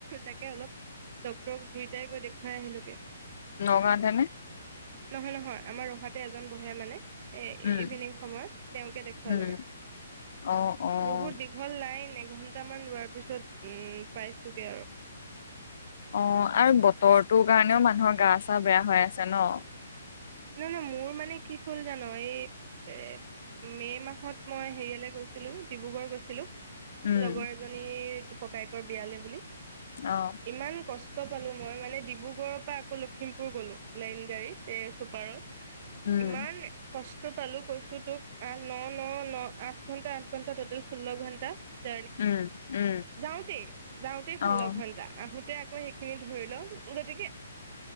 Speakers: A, on the right; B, on the left.
A: তাকে অলপ ডক্তৰক দুয়টাই গৈ দেখুৱাই আহিলোগে
B: নগাঁৱতে নে
A: নহয় নহয় আমাৰ ৰহাতে এজন বহে মানে এ
B: উম,
A: ইভিনিং সময়ত তেওঁকে দেখুৱালেগে
B: উম, অ', অ',
A: বহুত দীঘল প্ৰাই এঘন্টামান ৰোৱাৰ পিছত উম পাইছোগে আৰু
B: অ আৰু বতৰটোৰ কাৰণেও মানুহৰ গা চা বেয়া হৈ আছে ন
A: নাই নহ মোৰ মানে কি হ'ল জানো এই এ মে মাহত মই হেৰিয়ালে গৈছিলো ডিব্ৰুগড় গৈছিলো
B: উম,
A: লগৰ এজনীৰ ককায়েকৰ বিয়ালে বুলি
B: অ',
A: ইমান কষ্ট কষ্ট পালো মই মানে ডিব্ৰুগড়ৰ পৰা আকৌ লখিমপুৰ গ'লো লাইন গাড়ীত াৰ
B: উম,
A: ইমান কষ্ট পালো কৈছো তোক আ ন ন ন আঠ ঘন্টা আঠ ঘন্টা টটেল ষোল্ল ঘন্টা জ
B: উম, উম,
A: যাওঁতে যাওঁতে
B: অ',
A: খোল ঘটাা আহো আকৌ সেইখিনি ধৰি লওঁ গতিকে